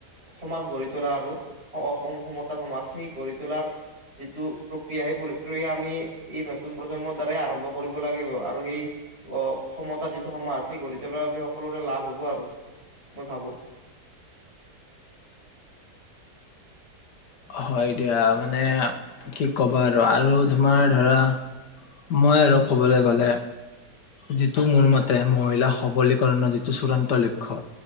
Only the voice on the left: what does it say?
হয় দিয়া, মানে কি ক'বা আৰু-আৰু তোমাৰ ধৰা মই আৰু কবলৈ গ'লে যিটো মোৰ মতে মহিলা সবলীকৰণৰ যিটো চূড়ান্ত লক্ষ্য